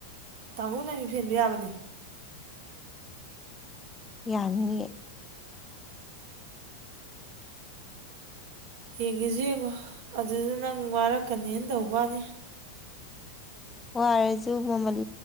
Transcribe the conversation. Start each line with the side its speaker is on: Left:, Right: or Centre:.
Right: ꯇꯥꯡꯒꯣꯡꯅꯥꯕꯤ ꯐꯦꯟꯕ ꯌꯥꯕꯅꯦ
Left: ꯌꯥꯅꯤꯌꯦ
Right: ꯌꯦꯡꯒꯦꯁꯨ ꯌꯦꯡꯉꯣ ꯑꯗꯨꯗ ꯅꯪ ꯋꯥꯔꯛꯀꯅꯦꯅ ꯇꯧꯕ ꯋꯥꯅꯤ
Left: ꯋꯥꯔꯁꯨ ꯃꯃꯜ